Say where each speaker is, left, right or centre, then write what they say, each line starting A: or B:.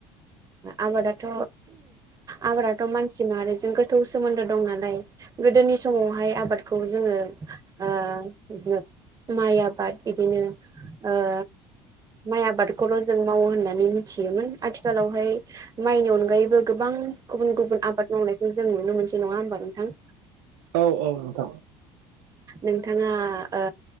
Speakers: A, on the right; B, on the right.
A: आबादाथ' आबादाथ' मानसि माहारिजों गोथौ सोमोन्दो दं नालाय गोदोनि समावहाय आबादखौ जोङो ओ माइ आबाद बिदिनो ओ माइ आबादखौल' जों मावो होननानै मिथियोमोन आथिखालावहाय माइनि अनगायैबो गोबां गुबुन गुबुन आबाद मावनायखौ जों नुनो मोनसै नङा होमबा नोंथां?
B: औ औ नोंगौ।
A: नोंथाङा ओ